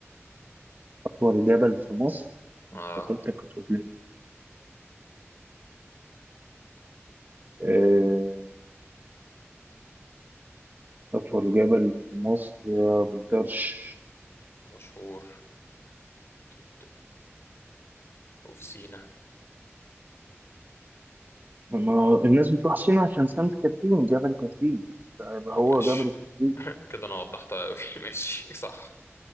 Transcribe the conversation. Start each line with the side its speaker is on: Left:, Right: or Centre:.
Right: أطول جبل في مصر
Left: اه
Right: فكرتك بتقول لي آه، أطول جبل في مصر يا بالدرش
Left: مشهور تت- وفي سينا
Right: ما هو الناس بتروح سينا عشان سانت كاترين جبل كاترين فيبقى هو
Left: ماشي
Right: جبل كاترين
Left: <laughs> كده انا وضحتها اوي <laughs> ماشي صح